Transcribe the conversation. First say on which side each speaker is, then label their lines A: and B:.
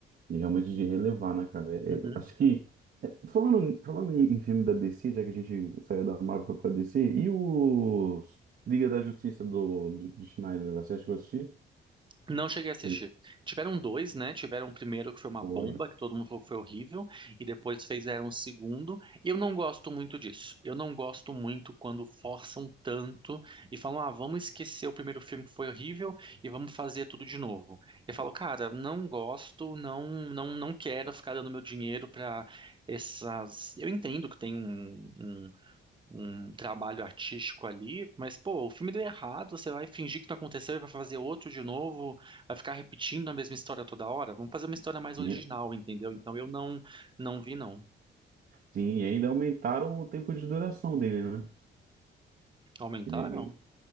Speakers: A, on the right; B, on the right.
A: de realmente de relevar, né, cara? É,
B: Uhum.
A: é, eu acho que, falando, falando em, em filme da DC, já que a gente saiu da Marvel pra DC, e os Liga da Justiça do, do, do Schneider, você acha que eu assisti?
B: Não cheguei a assistir.
A: Que ele
B: Tiveram dois, né? Tiveram o primeiro que foi uma
A: foi...
B: bomba, que todo mundo falou que foi horrível, e depois fizeram o segundo. E eu não gosto muito disso. Eu não gosto muito quando forçam tanto e falam, ah, vamos esquecer o primeiro filme que foi horrível e vamos fazer tudo de novo. Eu falo, cara, não gosto, não, não, não quero ficar dando meu dinheiro pra essas. Eu entendo que tem um um um trabalho artístico ali, mas pô, o filme deu errado, você vai fingir que não aconteceu e vai fazer outro de novo, vai ficar repetindo a mesma história toda hora. Vamos fazer uma história mais
A: E-
B: original, entendeu? Então eu não não vi não.
A: sim, e ainda aumentaram o tempo de duração dele, né?
B: Aumentaram?
A: Que ele, ele-